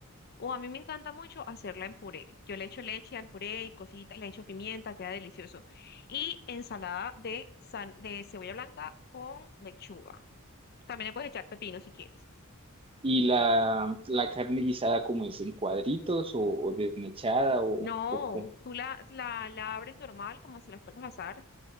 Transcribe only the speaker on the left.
O a mí me encanta mucho hacerla en puré. Yo le echo leche al puré y cositas, le echo pimienta, queda delicioso. Y ensalada de, san- de cebolla blanca con lechuga. También le puedes echar pepino si quieres.
No,
tú la, la, la abres normal como si la fueras a asar